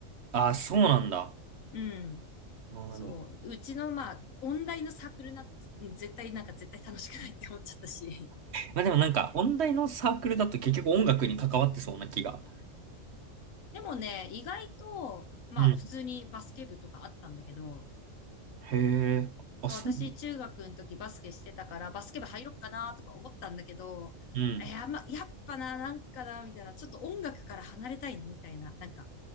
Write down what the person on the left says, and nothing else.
うん。
そう。うちの、まあ、音大のサークルなんて、うん絶対、なんか絶対楽しくないって思っちゃったし。
でもね、意外と、まあ、
普通にバスケ部とかあったんだけど、
そう私、
中学の時バスケしてたから、バスケ部入ろっかなとか思ったんだけど、
いや、まあ、やっぱな、なんかな、みたいな、ちょっと音楽から離れたいな、みたいな、なんか、